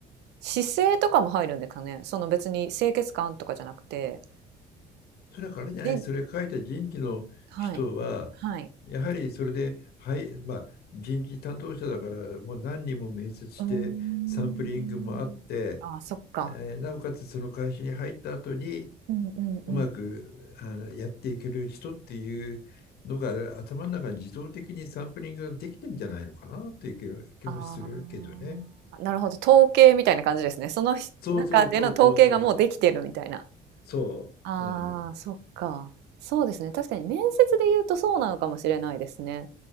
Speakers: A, on the right; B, on the left.
A: 姿勢とかも入るんですかね。その別に清潔感とかじゃなくて。
B: それはあれじゃない、
A: し、
B: それ書いた人事の人は、
A: はい。はい。
B: やはりそれで、はい、まあ、人事担当者だから、もう何人も面接して、
A: うーん。
B: サンプリングもあって、
A: ああ、そっか。
B: えーなおかつその会社に入った後に、
A: うんうんうん。
B: うまくあのやっていける人っていうのが、頭の中に自動的にサンプリングができてるんじゃないのかなっていう気気もするけどね。
A: ああ、なるほど。統計みたいな感じですね。そのひ中での統計がもうできてるみたいな。
B: そうそうそうそうそう。そう。
A: ああ、
B: うん。
A: そっか。そうですね。確かに面接で言うとそうなのかもしれないですね。